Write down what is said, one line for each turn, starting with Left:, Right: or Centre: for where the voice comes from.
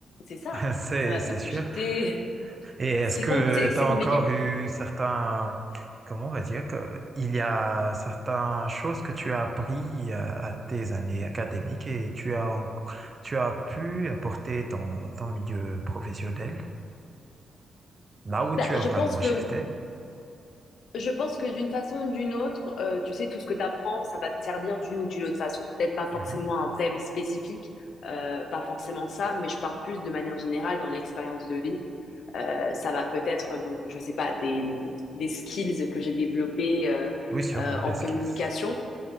Left: C'est ça.
Right: <laughs> c'est
Left: Ça m'a
Right: c'est
Left: fait cogiter.
Right: sûr.
Left: <laughs>
Right: Et est-ce
Left: C'est
Right: que
Left: com- c'est c'est
Right: tu as encore
Left: compliqué.
Right: eu certains, comment on va dire, que, il y a certaines choses que tu as appris à, à tes années académiques et tu as, en- tu as pu apporter ton, ton milieu professionnel, là où
Left: Bah,
Right: tu as
Left: je
Right: vraiment
Left: pense que
Right: shifté?
Left: je pense que d'une façon ou d'une autre, euh, tu sais, tout ce que tu apprends, ça va te servir d'une ou d'une autre façon. Peut-être pas forcément
Right: Mhm.
Left: un thème spécifique, euh, pas forcément ça, mais je parle plus de manière générale dans l'expérience de vie Euh, ça va peut-être, donc, je sais pas, des, des skills que j'ai développés euh,
Right: Oui, sûrement,
Left: euh, en
Right: les skills.
Left: communication.